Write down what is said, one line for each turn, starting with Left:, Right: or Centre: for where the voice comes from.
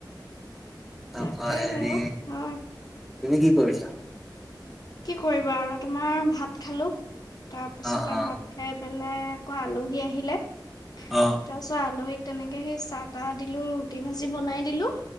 Centre: তপা
Left: তাকেহে
Centre: হেৰি
Left: অ হয়
Centre: তুমি কি কৰিছা?
Left: কি কৰিবা আৰু তোমাৰ ভাত খালো। তাৰ পিছত
Centre: অ
Left: আৰু
Centre: অ
Left: ভাত খাই পেলাই আকৌ আলহী আহিলে।
Centre: অ
Left: তাৰপিছত আলহীক তেনেকে সেই চাহ তাহ দিলো। ৰুটি ভাজি বনাই দিলো